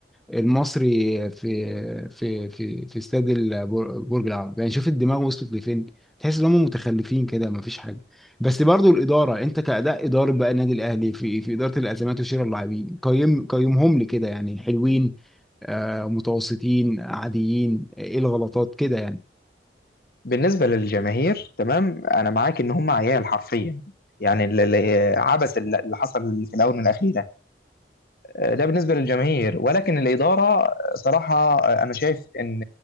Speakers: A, in the centre; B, on the left.
A: المصري في في في في استاد البر- برج العرب يعني شوف الدماغ وصلت لفين تحس ان هم متخلفين كده ما فيش بس برضو الاداره انت كاداء اداره بقى النادي الاهلي في في اداره الازمات وشراء اللاعبين قيم قيمهم لي كده يعني حلوين آه متوسطين عاديين ايه الغلطات كده يعني
B: بالنسبة للجماهير تمام أنا معاك إن هم عيال حرفيا يعني ال- ال- عبث اللي اللي حصل في الآونة الأخيرة ده بالنسبة للجماهير ولكن الإدارة صراحة أنا شايف إن